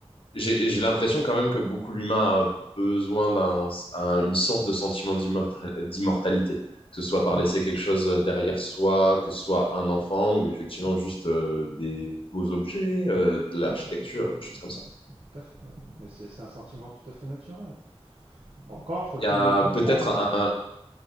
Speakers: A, on the left; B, on the right.
A: J'ai, j'ai l'impression quand même que beaucoup l'humain a besoin d'un, un- une sorte de sentiment d'immortal- d'immortalité, que ce soit
B: Mhm.
A: par laisser quelque chose euh, derrière soi, que ce soit un enfant ou effectivement
B: Ouais.
A: juste euh, des beaux objets, euh, de l'architecture,
B: Oui,
A: des choses comme ça.
B: ouais, tout à fait. ouais. Mais c'est c'est un sentiment tout à fait naturel. Encore faut-il
A: Il y a
B: le comprendre,
A: peut-être
B: quoi.
A: un, un,